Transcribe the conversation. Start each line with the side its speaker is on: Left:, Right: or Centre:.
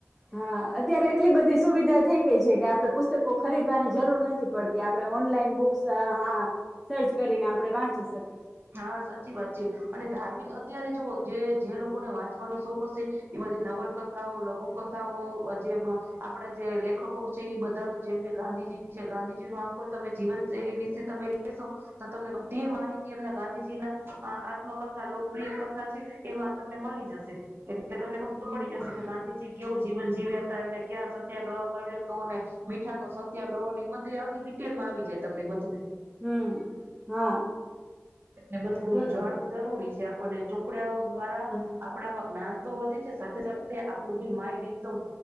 Centre: હા અત્યારે એટલી બધી સુવિધા થઈ ગઈ છે કે આપડે પુસ્તકો ખરીદવાની જરૂર નથી પડતી. આપડે ઓનલાઈન બુક્સ અ હા સર્ચ કરીને આપણે વાંચી શકીશ.
Right: હા સાચી વાત છે અને ધાર્મિક અત્યારે જુઓ જે જે લોકોને વાંચવાનો શોખ હશે એ બધી નવલકથાઓ, લઘુ કથાઓ, જે આપડા જે લેખકો છે, એ બધા ન જેમ કે ગાંધીજી છે, ગાંધીજી નો આખો તમે જીવન શૈલી વિશે તમે લેશો તો તમને બધી માહિતી તી એમના ગાંધીજી ના આત્મકથા લોકપ્રિય કથા છે એમાં તમને મળી જશે. એટલે તમને
Centre: હમ
Right: ખબર પડી જશે કે ગાંધીજી કેવું જીવન જીવ્યા હતા એમને ક્યાં સત્યાગ્રહ કર્યો હતોને. મીઠાનો સત્યાગ્રહો ની બધી આખી ડિટેલ માં આવી જાય તમને બધું.
Centre: હમ હા
Right: એને બધું
Centre: બરોબર
Right: જાળવું જરૂરી બીજા અને ચોપડાઓ દ્વારા
Centre: હા
Right: આપણામાં જ્ઞાન તો વધે છે સાથે સાથે આપ ડું બી માઈન્ડ એકદમ